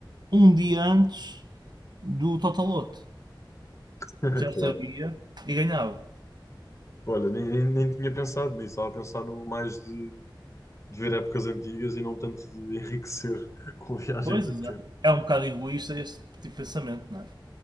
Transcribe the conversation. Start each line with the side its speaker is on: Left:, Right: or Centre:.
Right: um dia antes do Totaloto.
Left: <laughs>
Right: Já
Left: Claro.
Right: sabia e ganhava.
Left: Olha, nem, nem, nem tinha pensado nisso. Estava a pensar no mais de, de ver épocas antigas e não tanto de enriquecer <laughs> com a viagem
Right: Pois,
Left: no
Right: exato.
Left: tempo.
Right: É um bocado egoísta este tipo de pensamento, não é?